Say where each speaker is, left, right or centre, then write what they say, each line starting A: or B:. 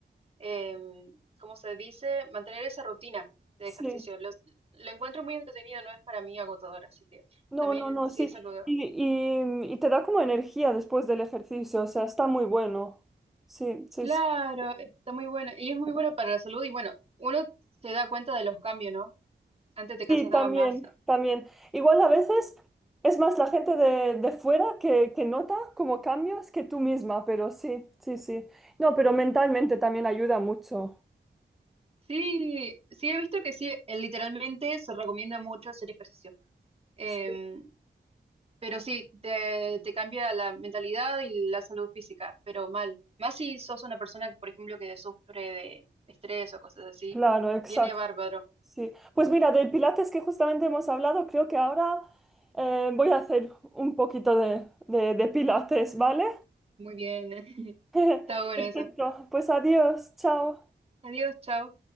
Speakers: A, on the right; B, in the centre.
A: em, ¿cómo se dice? Mantener esa rutina de
B: sí.
A: ejercicio. Los- lo encuentro muy entretenido, no es para mí agotador, así que...
B: No,
A: También
B: no, no,
A: sí
B: sí.
A: es algo
B: Y, y, y te da como energía después del ejercicio, o sea, está muy bueno. Sí, sí,
A: Claro,
B: sí.
A: está muy buena Y es muy buena para la salud. Y bueno, uno se da cuenta de los cambios, ¿no? Antes te cansaba
B: Sí, también,
A: más.
B: también. Igual a veces es más la gente de, de fuera que, que nota como cambios que tú misma, pero sí, sí, sí. No, pero mentalmente también ayuda mucho.
A: Sí, sí, he visto que sí, eh, literalmente se recomienda mucho hacer ejercicio. Em,
B: Sí,
A: pero sí, te, te cambia la mentalidad y la salud física, pero mal. Más si sos una persona, por ejemplo, que sufre de estrés o cosas así,
B: claro, exacto.
A: viene bárbaro.
B: Sí. Pues mira, del Pilates que justamente hemos hablado, creo que ahora eh, voy a hacer un poquito de, de, de Pilates, ¿vale?
A: Muy bien. <laughs>
B: <laughs>
A: Está bueno
B: Perfecto,
A: eso.
B: pues adiós, chao.
A: Adiós, chao.